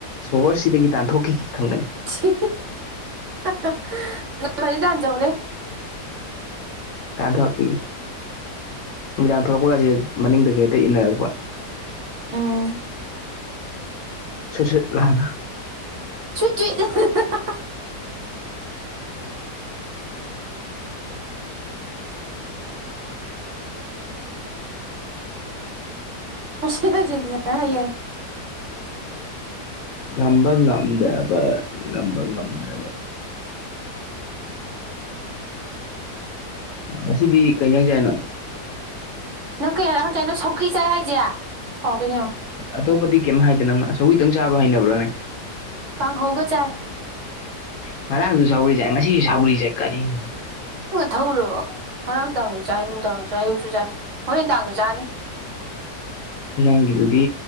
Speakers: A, on the left; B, on the right.
A: ꯁꯣꯍꯣꯔꯁꯤꯗꯒꯤ ꯇꯥꯟꯊꯣꯛꯈꯤꯒꯦ ꯈꯪꯒꯅꯤ
B: ꯁꯤ ꯍꯥ ꯍꯥ ꯉꯝꯃꯗꯤ ꯇꯥꯟꯖꯧꯅꯦ
A: ꯇꯥꯟꯊꫭꯛꯈꯤꯒꯦ ꯅꯨꯃꯤꯗꯥꯡ ꯊꫭꯛꯂꯛꯄꯒꯖꯦ ꯃꯅꯤꯡꯗꯒꯤ ꯍꯦꯛꯇ ꯏꯟꯅꯔꯛꯄ
B: ꯎꯝ
A: ꯁꯨꯠ ꯁꯨꯠ ꯂꯥꯎꯅ
B: ꯁꯨꯏ ꯆꯤꯠ ꯑꯍꯥ ꯍꯥ ꯍꯥ ꯒ <unintelligible> ꯉꯁꯤꯅ ꯑꯔꯖꯦꯟꯇꯤꯅ ꯍꯌꯦꯡ
A: ꯉꯝꯕ ꯉꯝꯗꯕ ꯉꯝꯕ ꯉꯝꯗꯕ ꯉꯁꯤꯗꯤ ꯀꯩ ꯏꯟꯖꯥꯡ ꯆꯥꯏꯅꯣ
B: ꯅꯪ ꯀꯌꯥꯔꯛ ꯍꯪꯀꯦ ꯍꯥꯏꯅꫭ ꯁꯧꯒꯔꯤ ꯆꯥꯏ ꯍꯥꯏꯖꯦ ꯁꯥꯎꯔꯛꯇꫭꯏꯅꯤ ꯌꯦꯉꯣ
A: ꯑꯇꯣꯞꯄꯗꯤ ꯀꯩꯝ ꯍꯥꯏꯗꯦ ꯅꯪꯅ ꯁꯧꯒꯔꯤ ꯇꯪ ꯆꯥꯕ ꯍꯩꯅꯕ꯭ꯔꯅꯦ
B: ꯀꯥꯡꯍꯧꯒ ꯆꯥꯏ
A: ꯉꯔꯥꯡꯖꯨ ꯁꯧꯒꯔꯤ ꯆꯥꯏ ꯉꯁꯤꯁꯨ ꯁꯧꯒꯔꯤ ꯆꯥꯏ ꯀꯔꯤꯅꯣ
B: ꯅꯪ ꯅꯊꯧꯔꯣ ꯉꯔꯥꯡ ꯗꯥꯡꯖꯨ ꯆꯥꯏ ꯅꯨꯡꯗꯥꯡ ꯆꯥꯏ ꯑꯌꯨꯛꯁꯨ ꯆꯥꯏ ꯍꯣꯔꯦꯟ ꯗꯥꯡꯖꯨ ꯆꯥꯅꯤ
A: ꯅꯪꯒꯤꯗꯨꯗꯤ